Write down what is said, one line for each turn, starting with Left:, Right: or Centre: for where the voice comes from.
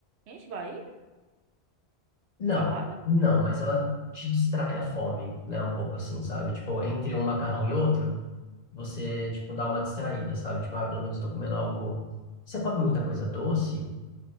Right: Enche a barriga?
Left: Não,
Right: Salada?
Left: não, mas ela te distrai a fome, né? Um pouco assim, sabe? Tipo, entre um macarrão e outro, você, tipo, dá uma distraída, sabe? Tipo, ah, pelo menos tô comendo algo. Você come muita coisa doce?